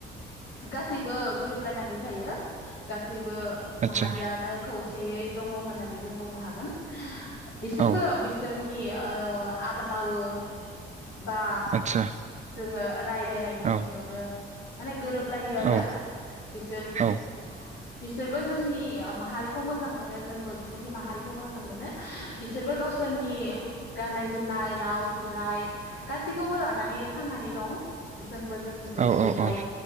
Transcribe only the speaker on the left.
गासैबो गोरोबलायनानै थायो गासैब बो
माहारियानो खौसेयै दङ होननानै जों बुंनो हागोन बिसोरबो
बिसोरनि ओ आबाद मावो बा
जोङो रायलायनायनि बिथिङावनो
गोरोब लायो आरो
बिसोर <inaudible>
बिसोरबो जोंनि माहारिखौ मोजां मोनो जोंबो बिसोरनि माहारिखौ मोजां मोनो बिसोरबो गावसोरनि गाननाय जोमनाय राव थुनलाइ गासैखौबो लानानै थांनानै दं। जोंबो जोंनिखौ
जेरैहाय